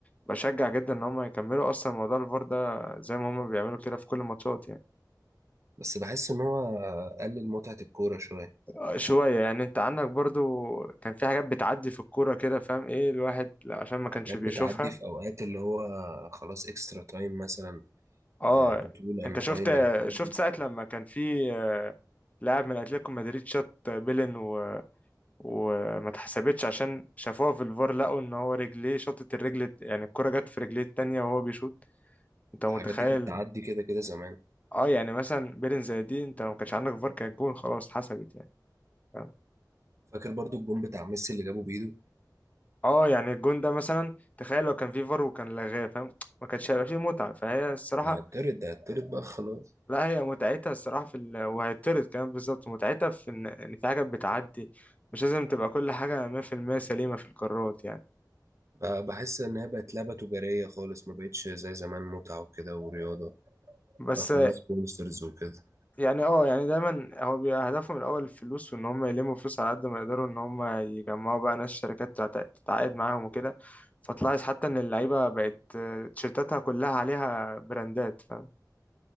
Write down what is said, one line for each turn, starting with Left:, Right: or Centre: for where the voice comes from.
Left: بشجع جدا ان هم يكملوا اصلا موضوع الفار ده زي ما هم بيعملوا كده في كل الماتشات يعني
Right: بس بحس إن هو قلل متعة الكورة شوية
Left: آه، شويه يعني انت عندك برضو كان في حاجات بتعدي في الكوره كده فاهم ايه الواحد لا، عشان ما كانش
Right: حاجات
Left: بيشوفها
Right: بتعدي في أوقات اللي هو خلاص إكسترا تايم مثلا
Left: اه
Right: آه، بطولة
Left: انت
Right: عن
Left: شفت
Right: فاينل الحاجات
Left: شفت
Right: دي
Left: ساعه لما كان في لاعب من اتلتيكو مدريد شاط بيلن و... وما اتحسبتش عشان شافوها في الفار لقوا ان هو رجليه شاطت الرجل يعني الكرة جت في رجليه التانية وهو بيشوط انت متخيل
Right: الحاجات دي كانت تعدي كده كده زمان
Left: اه يعني مثلا بيرن زي دي انت لو ما كانش عندك فار كان الجون خلاص اتحسبت يعني فاهم
Right: فاكر برضو الجون بتاع ميسي اللي جابه بإيده
Left: اه يعني الجون ده مثلا تخيل لو كان في فار وكان لغاه فاهم ما كانش هيبقى فيه متعة فهي الصراحة
Right: يعني هتطرد ده هتطرد بقى خلاص
Left: لا هي متعتها الصراحة في ال... وهيتطرد كمان بالظبط متعتها في ان إن في حاجات بتعدي مش لازم تبقى كل حاجة 100% سليمة في القرارات يعني
Right: بقى بحس إن هي بقت لعبة تجارية خالص ما بقتش زي زمان متعة وكده ورياضة
Left: بس
Right: بقى كلها سبونسرز وكده
Left: يعني اه يعني دايما هو بيبقى هدفهم الاول الفلوس وان هم يلموا فلوس على قد ما يقدروا ان هم يجمعوا بقى ناس شركات تعت- تتعاقد معاهم وكده فتلاحظ حتى ان اللعيبه بقت آه، تيشيرتاتها كلها عليها براندات فاهم